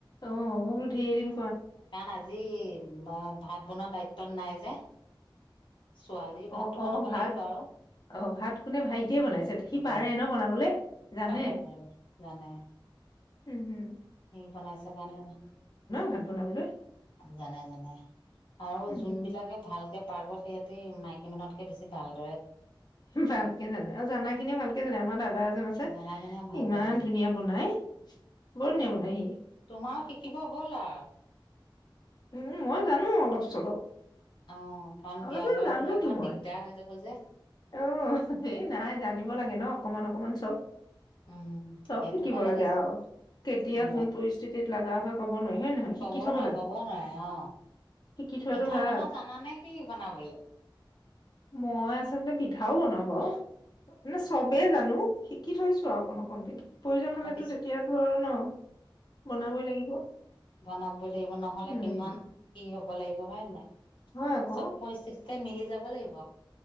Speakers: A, on the left; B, on the left.
A: অ মোৰো ধেৰ এদিন
B: কাৰণ আজি ম ভাত বনোৱা দায়িত্বত নাই যে ছোৱালীৰ ভাতটো
A: অ
B: বনাব
A: অ ভাত
B: লাগিব আৰু
A: অ ভাত কোনে ভাইটিয়ে বনাইছে সি
B: ভাই
A: পাৰে ন বনাবলে? জানে
B: পাৰে পাৰে জানে
A: উম হুম
B: সি বনাইছে কাৰণে
A: ভাত বনাবলৈ
B: আজি--জানে, জানে--আৰু
A: উম
B: যোনবিলাকে ভালকে পাৰ্গত সেই মইকী মানুহতকে বেছি ভাল।
A: ভালকে জানে আৰু জানা খিনি ভালকে জানে আমাৰ দাদা দাদা এজন আছে
B: জানাখিনিয়ে ভালকে
A: ইমান
B: জানে
A: ধুনীয়া বনাই বৰ ধুনীয়া বনাই সি
B: তোমাৰ শিকিব হ'ল আৰু
A: উম, মই জানো অলপ চলপ।
B: অ কাৰণ
A: অলপ
B: বিয়া বাৰু
A: জানোতো
B: হলে অকমান
A: মই
B: দিগদাৰ হৈ যাব যে
A: অ', এই নাই জানিব লাগে ন অকমান অকমান <unintelligible>
B: উম
A: চব
B: সেইটো
A: শিকিব
B: কাৰণে
A: লাগে
B: কৈছে
A: আৰু কেতিয়া
B: উম
A: কোন পৰিস্থিতিত লাগা হয়, কব নোৱাৰি হয় নে নহয়?
B: কব
A: শিকি
B: নোৱাৰে
A: থব লাগে।
B: কব নোৱাৰে অ
A: শিকি থোৱাতটো
B: পিঠা
A: ভাল।
B: পনা জানানে কি বনাবলৈ
A: মই আঁচলতে পি পিঠাও বনাও বাউ মানে চবেই জানো শিক শিকি থৈছো আৰু অকন অকনকে। প্ৰয়োজন হ'লেতো,
B: অ পিছ
A: তেতিয়াতো আৰু ন? বনাবই লাগিব।
B: বনাবই লাগিব ন'হলে
A: উম
B: কিমান কি হ'ব লাগিব হয়, নে নাই?
A: হয় আকৌ
B: চব পৰিস্থিতিতে মিলি যাব লাগিব,